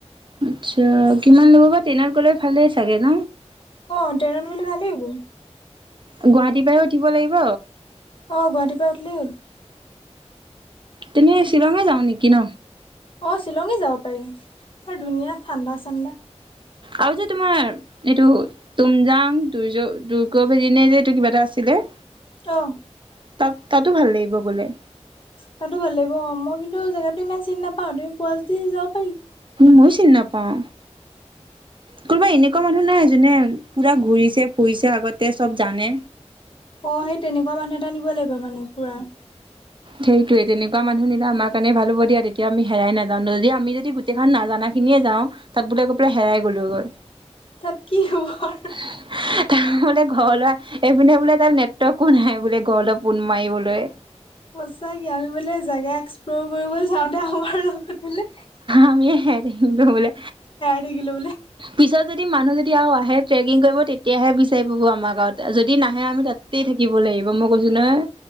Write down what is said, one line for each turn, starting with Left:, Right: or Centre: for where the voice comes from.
Right: আচ্ছা, কিমান ল'ব বা ট্ৰেইনত গ'লে। ভালেই চাগে ন?
Left: অ ট্ৰেইনত গ'লে ভালেই হ'ব
Right: গুৱাহাটীৰ পৰাহে উঠিব লাগিব।
Left: অ', গুৱাহাটীৰ পৰা উঠিলই হ'ল।
Right: তেনে শ্বিলঙে যাওঁ নেকি ন?
Left: অ', শ্বিলঙে যাব পাৰিম বৰ ধুনীয়া ঠাণ্ডা-চাণ্ডা।
Right: আৰু যে তোমাৰ এইটো তুমজাং দ, দুৰ্গ ভেদনে যে, এইটো কিবা এটা আছিলে।
Left: অ, '।
Right: তাত তাতো ভাল লাগিব গ'লে,
Left: তাতো ভাল লাগিব অ', মই কিন্তু জেগাতো ইমান চিনি নাপাওঁ তুমি পুৱি যদি যাব পাৰি।
Right: ম‌ইও চিনি নাপাও, কোনোবা এনেকুৱা মানুহ নাই? যোনে, পুৰা ঘূৰিছে-ফুৰিছে আগতে, চব জানে।
Left: অ', সেই তেনেকুৱা মানুহ এটা নিব লাগিব মানে ফুৰা।
Right: সেইটোয়ে তেনেকুৱা মানুহ নিলে আমাৰ কাৰণ ভাল হব দিয়া, তেতিয়া আমি হেৰাই নাজাও যদি আমি যদি গোতেইখন নাজানা খিনিয়ে যাওঁ, তাত বোলে আকৌ পুৰা হেৰাই গ'লো গৈ।
Left: তাত কি হ'ব
Right: <inaudible>
Left: আৰু
Right: তাৰ বোলে ঘৰলৈ, এইপিনে বোলে তাৰ নেটৱৰ্কো নাই বোলে ঘৰলৈ ফোন মাৰিবলৈ।
Left: সঁচাকে, আমি বোলে জেগা এক্সপ্ল'ৰ কৰিবলৈ যাওঁতে, আমাৰ লগত বোলে
Right: আমি <unintelligible> বোলে।
Left: <inaudible> বোলে।
Right: পিছত যদি, মানুহ যদি আৰু আহে ট্ৰেকিং কৰিব, তেতিয়াহে বিচাৰি পাব আমাক যদি নাহে আমি তাত তাতেই থাকিব লাগিব, মই কৈছো নহয়।